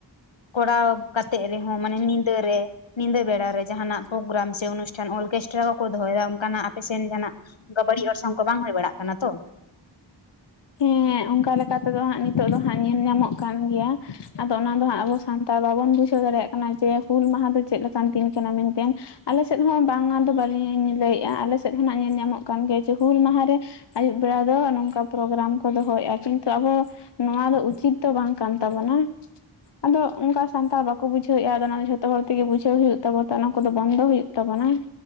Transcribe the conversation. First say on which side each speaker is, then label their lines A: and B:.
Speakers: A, on the left (about 85°); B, on the left (about 65°).
A: ᱠᱚᱨᱟᱣ ᱠᱟᱛᱮᱜ ᱨᱮᱦᱚᱸ ᱢᱟᱱᱮ ᱧᱤᱫᱟᱹᱨᱮ ᱧᱤᱫᱟᱹ ᱵᱮᱲᱟ ᱨᱮ ᱡᱟᱦᱟᱱᱟᱜ ᱯᱨᱳᱜᱨᱟᱢ ᱥᱮ ᱚᱱᱩᱥ ᱚᱨᱠᱮᱥᱴᱨᱟ ᱦᱚᱠᱚ ᱫᱚᱦᱚᱭᱫᱟ ᱚᱱᱠᱟᱱᱟᱜ ᱟᱯᱮᱥᱮᱱ ᱡᱟᱦᱟᱱᱟᱜ ᱚᱱᱠᱟ ᱵᱟᱹᱲᱤᱡ ᱚᱨᱥᱚᱝ ᱠᱚ ᱵᱟᱝ ᱦᱩᱭ ᱵᱟᱲᱟᱜ ᱠᱟᱱᱟ ᱛᱚ᱾
B: ᱦᱮ ᱚᱱᱠᱟ ᱞᱮᱠᱟ ᱛᱮᱫᱚ ᱦᱟᱸᱜ ᱱᱤᱛᱚᱜ ᱫᱚ ᱦᱟᱸᱜ ᱧᱮᱞ ᱧᱟᱢᱚᱜ ᱠᱟᱱ ᱜᱮᱭᱟ᱾ ᱟᱫᱚ ᱚᱱᱟ ᱫᱚ ᱦᱟᱸᱜ ᱟᱵᱚ ᱥᱟᱱᱛᱟᱲ ᱵᱟᱵᱚᱱ ᱵᱩᱡᱷᱟᱹᱣ ᱫᱟᱲᱮᱭᱟᱜ ᱠᱟᱱᱟ ᱡᱮ ᱦᱩᱞ ᱢᱟᱦᱟ ᱫᱚ ᱪᱮᱫ ᱞᱮᱠᱟᱱ ᱫᱤᱱ ᱠᱟᱱᱟ ᱢᱮᱱᱛᱮ ᱟᱞᱮ ᱥᱮᱫ ᱦᱚᱸ ᱵᱟᱝᱟ ᱫᱚ ᱵᱟᱹᱞᱤᱧ ᱞᱟᱹᱭᱮᱫᱼᱟ ᱟᱞᱮ ᱥᱮᱫ ᱦᱚᱸ ᱱᱟᱜ ᱧᱮᱞ ᱧᱟᱢᱚᱜ ᱠᱟᱱ ᱜᱮᱭᱟ, ᱡᱮ ᱦᱩᱞ ᱢᱟᱦᱟᱨᱮ᱾ ᱟᱹᱭᱩᱵ ᱵᱮᱲᱟ ᱫᱚ ᱱᱚᱝᱠᱟ᱾ ᱯᱨᱳᱜᱨᱟᱢ ᱠᱚ ᱫᱚᱦᱚᱭᱮᱫᱼᱟ ᱠᱤᱱᱛᱩ ᱟᱵᱚ ᱱᱚᱣᱟ ᱫᱚ ᱩᱪᱤᱛ ᱫᱚ ᱵᱟᱝ ᱠᱟᱱ ᱛᱟᱵᱳᱱᱟ᱾ ᱟᱫᱚ ᱚᱱᱠᱟ ᱥᱟᱱᱛᱟᱲ ᱵᱟᱠᱚ ᱵᱩᱡᱷᱟᱹᱣᱮᱫᱼᱟ ᱟᱫᱚ ᱚᱱᱟ ᱫᱚ ᱡᱷᱚᱛᱚ ᱦᱚᱲ ᱛᱮᱜᱮ ᱵᱩᱡᱷᱟᱹᱣ ᱦᱩᱭᱩᱜ ᱛᱟᱵᱳ ᱚᱱᱟ ᱠᱚᱫᱚ ᱵᱚᱱᱫᱚ ᱦᱩᱭᱩᱜ ᱛᱟᱵᱳᱱᱟ᱾